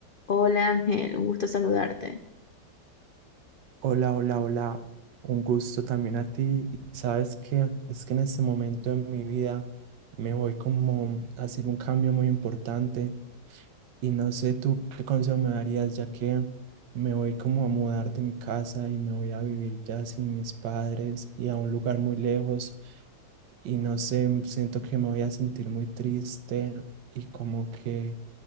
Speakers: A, on the left; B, on the right.
A: Hola Ángel, un gusto saludarte.
B: Hola, hola, hola. Un gusto también a ti. Y sabes que es que en este momento de mi vida me voy como a hacer un cambio muy importante y no sé tú qué consejo me darías ya que me voy como a mudar de mi casa y me voy a vivir ya sin mis padres y a un lugar muy lejos y no sé, siento que me voy a sentir muy triste y como que